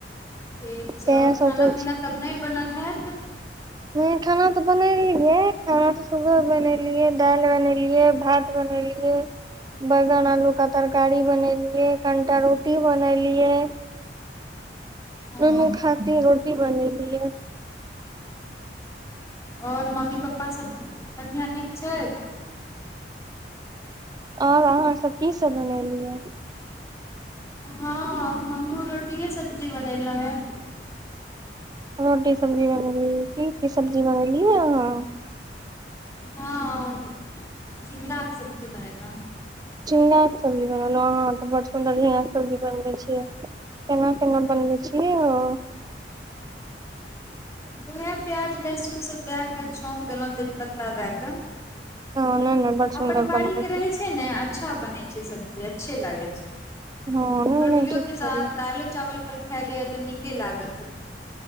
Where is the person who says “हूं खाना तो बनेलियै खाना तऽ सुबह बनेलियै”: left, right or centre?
Right